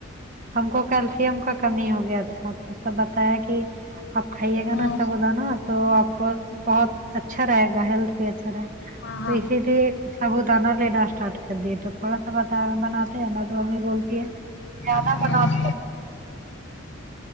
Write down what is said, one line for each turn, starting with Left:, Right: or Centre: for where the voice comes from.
Right: ہم کو کیلشیم کا کمی ہو گیا تھا تو سب بتایا کہ آپ کھائیے گا
Left: ہاں
Right: نا سب اد نا تو آپ کو بہت اچھا رہے گا ہیلتھ بھی اچھا رہے گا
Left: ہاں ہاں
Right: تو اسی لیے سبو دانہ لینا اسٹارٹ کر دیے تو تھوڑا سا ب دانا بناتے ہیں ن تو امی بولتی ہے زدہ
Left: ہوں
Right: بناپ تو